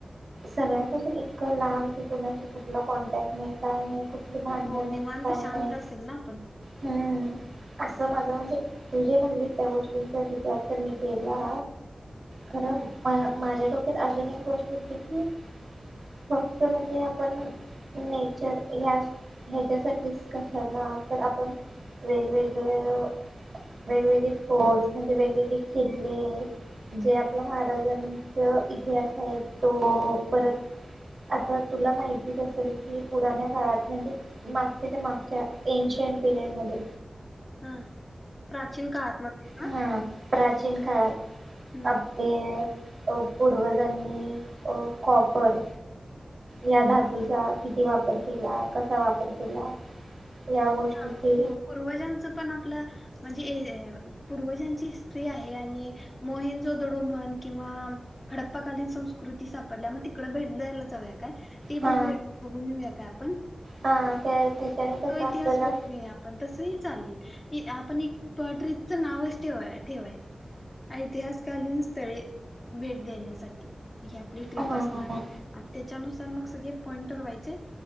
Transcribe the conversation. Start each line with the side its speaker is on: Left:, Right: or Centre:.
Right: सगळ्यांपासून इतकं लांब कि कुणाशी कुठल कॉन्टॅक्ट नाही काय नाही. कुठली भांडणं
Left: हो
Right: नाही
Left: निवांत
Right: काय
Left: शांत
Right: नाही
Left: असेल ना आपण
Right: हम्म असं माझ म्हणजे तुझे म्हटली त्या गोष्टींचा विचार तर मी केला कारण
Left: हम्म
Right: मा माझ्या डोक्यात अजून एक गोष्ट होती की फक्त म्हणजे आपण नेचर ह्या ह्याच्यासाठीच कशाला तर आपण वेगवेगळ वेगवेगळे फोर्ट म्हणजे वेगवेगळे किल्ले, जे आपल्या महाराजांच इतिहास आहे, तो परत आता तुला माहितीच असेल, की पुराण्या काळात. म्हणजे मागच्या च्या मागच्या येंज पिरेड मध्ये.
Left: हा प्राचीन काळात म्हणतात ना.
Right: हा प्राचीन काळी.
Left: हम्म
Right: आपले अ पूर्वजांनी अ कॉपर. या धातूचा किती वापर केला कसा वापर केला. या गोष्टीची
Left: ह पूर्वजांच पण आपल्या म्हणजे पूर्वजांची हिस्ट्री आहे आणि मोहिन जोदडो म्हण किंवा खडप्पाकालीन संस्कृती सापडल्या, मग तिकडडे भेट द्यायला जाऊ्यात. ते
Right: हा
Left: बघया बघेऊया काय आपण.
Right: हा त्या. त्याच्याने कसं
Left: तो इतिहास
Right: आपल्याला
Left: बघून येउया आपण तसही चालेल. आपण एक ट्रीपचं नावच ठेवा ठेवायचं. ऐतिहासकालीन स्थळे भेट देण्यासाठी. ही आपली ट्रीप
Right: हा
Left: असणारे आणि त्याच्यानुसार मग सगळे पॉइंटर ठव्हायचे.